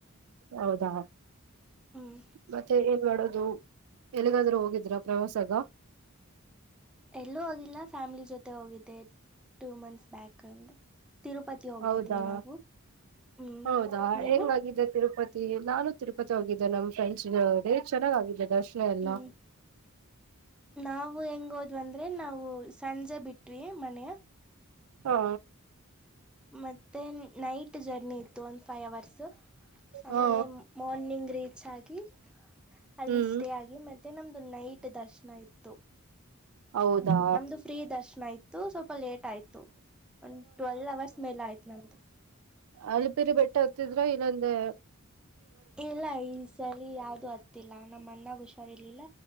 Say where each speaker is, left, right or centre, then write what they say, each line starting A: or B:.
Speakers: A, on the right (about 85°); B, in the centre.
A: ಹೌದಾ
B: ಹ್ಮ್
A: ಮತ್ತೆ ಏನ್ ಮಾಡೋದು. ಎಲ್ಲಿಗಾದ್ರೂ ಹೋಗಿದ್ರಾ ಪ್ರವಾಸಗ.
B: ಎಲ್ಲೂ ಹೋಗಿಲ್ಲ ಫ್ಯಾಮಿಲಿ ಜೊತೆ ಹೋಗಿದ್ದೆ ಟೂ ಮಂತ್ಸ್ ಬ್ಯಾಕ್ ಹಂಗೆ. ತಿರುಪತಿ ಹೋಗಿದ್ವಿ
A: ಹೌದಾ
B: ನಾವು ಹ್ಮ್
A: ಹೌದಾ
B: ನೀವು.
A: ಹೆಂಗಾಗಿದೆ ತಿರುಪತಿ. ನಾನು ತಿರುಪತಿ ಹೋಗಿದ್ದೆ ನಮ್ಮ್ ಫ್ರೆಂಡ್ಸ್ಡೆ ಜೋಡಿ ಚೆನ್ನಾಗ ಆಗಿದೇ ದರ್ಶನ ಎಲ್ಲ.
B: ಹ್ಮ್ ನಾವು ಹೆಂಗ ಹೋದ್ವಿ ಅಂದ್ರೆ ನಾವು ಸಂಜೆ ಬಿಟ್ವಿ ಮನೆ.
A: ಹಾ
B: ಮತ್ತೆ ನೈಟ್ ಜರ್ನಿ ಇತ್ತು ಒಂದ ಫೈವ್ ಅವರ್ಸ್ ಆಮೇಲೆ.
A: ಹಾ
B: ಮಾರ್ನಿಂಗ್ ರೀಚ್ ಆಗಿ ಅಲ್ಲಿ
A: ಹ್ಮ್
B: ಸ್ಟೇ ಆಗಿ ಮತ್ತೆ ನಮ್ದು ನೈಟ್ ದರ್ಶನ ಇತ್ತು.
A: ಹೌದಾ
B: ಹ ನಮ್ದು ಫ್ರೀ ದರ್ಶನ ಇತ್ತು ಸ್ವಲ್ಪ ಲೇಟ್ ಆಯ್ತು. ಒಂದ್ ಟ್ವೆಲ್ವ್ ಅವರ್ಸ್ ಮೇಲೆ ಆಯ್ತತ್ ನಮ್ದು.
A: ಅಲಪಿರಿ ಬೆಟ್ಟ ಹತ್ತಿದ್ರ ಇಲ್ಲಾಂದ್ರೆ.
B: ಇಲ್ಲ ಈ ಸಲಿ ಯಾವ್ದ ಅ. ಹತ್ತಿಲ್ಲ ನಮ್ಮ ಅನ್ನಾಗ ಹುಷಾರ್ರ್ಲಿಲ್ಲ